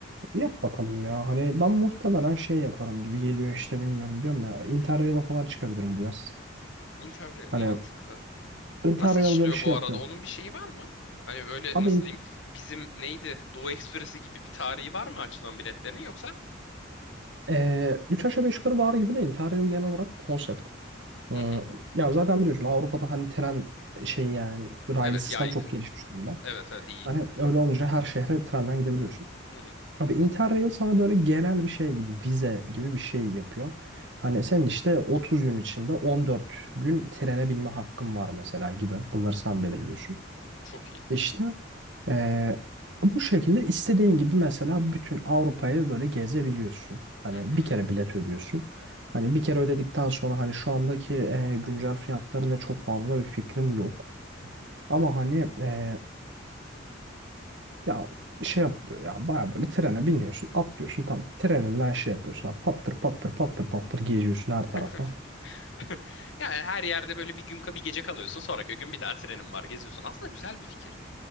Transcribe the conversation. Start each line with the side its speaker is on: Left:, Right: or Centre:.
Right: Yap bakalım ya. Hani
Left: O-
Right: ben muhtemelen şey yaparım gibi geliyor işte bilmiyorum diyorum ya. Interrail'a falan çıkabilirim bu yaz.
Left: Interrail mantıklı.
Right: Hani Interrail
Left: Nasıl işliyor
Right: beni şey
Left: bu
Right: yapıyor.
Left: arada? Onun bir şeyi var mı? Hani böyle
Right: Abi
Left: nasıl
Right: in,
Left: diyeyim? Bizim neydi? Doğu Ekspresi gibi bir tarihi var mı açılan biletlerinin yoksa?
Right: e, 3 aşağı 5 yukarı var gibi de Interrail genel olarak konsept. Hmm,
Left: Hı hı.
Right: Ya zaten biliyorsun Avrupa'da hani tren şey yani rail
Left: Evet
Right: sistem
Left: yaygın.
Right: çok gelişmiş durumda.
Left: Evet evet iyi.
Right: Hani öyle olunca her şehre trenden gidebiliyorsun.
Left: Hı hı.
Right: Abi Interrail sana böyle genel bir şey gibi vize gibi bir şey yapıyor. Hani senin işte 30 gün içinde 14 gün trene binme hakkın var mesela gibi. Bunları sen belirliyorsun.
Left: Çok iyi.
Right: İşte eee, bu şekilde istediğin gibi mesela bütün Avrupa'yı böyle gezebiliyorsun. Hani
Left: Hı hı.
Right: bir kere bilet ödüyorsun. Hani bir kere ödedikten sonra hani şu andaki eee, güncel fiyatlarına çok fazla bir fikrim yok. Ama hani eee, Ya şey yapılıyor ya baya böyle trene biniyorsun atlıyorsun tam treninden şey yapıyorsun abi, pattır pattır pattır pattır geziyorsun her
Left: <laughs>
Right: tarafa.
Left: Yani her yerde böyle bir gün bir gece kalıyorsun. Sonraki gün bir daha trenin var geziyorsun. Aslında güzel bir fikir.